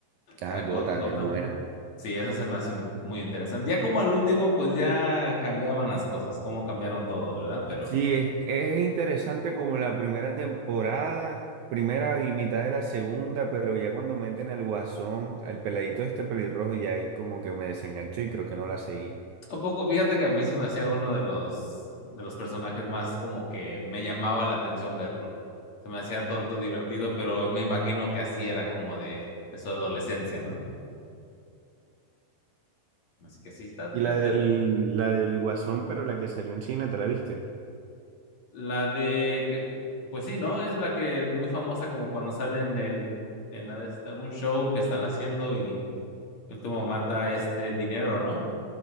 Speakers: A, on the right; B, on the left.
A: Ah,
B: ¿verdad?
A: Gotham
B: Go- Gotham.
A: es buena.
B: Sí, esa se me hace muy interesante. Ya como al último, pues ya cambiaban las cosas, cómo cambiaron todo, ¿verdad? Pero
A: Sí, es, es interesante como la primera temporada, primera y mitad de la segunda, pero ya cuando meten al Guasón, al peladito este pelirrojo, ya ahí como que me desenganchó y creo que no la seguí.
B: Un poco, fíjate que a mí se me hacía uno de los, de los personajes más como que me llamaba la atención verlo. Se me hacía tonto, divertido, pero me imagino que así era como de eso de adolescencia, ¿no? Así que sí, está
A: Y
B: tan
A: la
B: interesante.
A: del, la del Guasón, pero la que salió en cine, ¿te la viste?
B: La de, que- pues sí, ¿no? Es la que es muy famosa como cuando sale en el, en la de esta, un show que están haciendo y él como mata este dinero, ¿no?